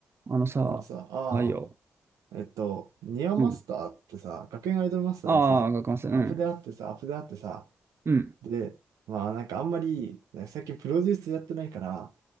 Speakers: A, on the right; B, on the right.
A: あのさ、
B: あのさ、あ
A: あ、いいよ。
B: あ、えっと、ニアマスターってさ、
A: うん。
B: 学園アイドルマスターでさ、
A: ああ、学ますうん。
B: アップであってさ、アップであってさ、
A: うん。
B: で、まあなんかあんまり、ね最近プロデュースやってないから、